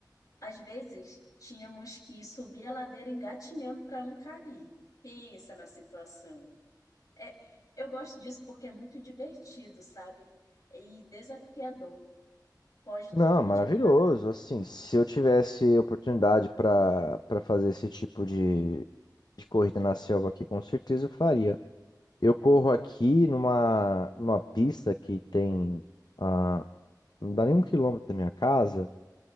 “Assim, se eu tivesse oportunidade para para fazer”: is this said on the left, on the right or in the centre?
Left